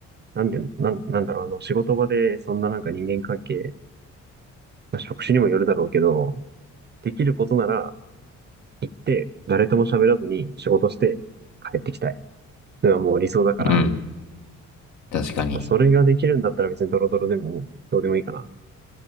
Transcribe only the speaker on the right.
なんで、なん、なんだろう、あの、仕事場で、そんななんか人間関係、まあ、職種にもよるだろうけど、できることなら、で、誰とも喋らずに仕事して帰ってきたい。それはもう理想だから、
まあそれができるんだったら別にドロドロでもどうでもいいかな。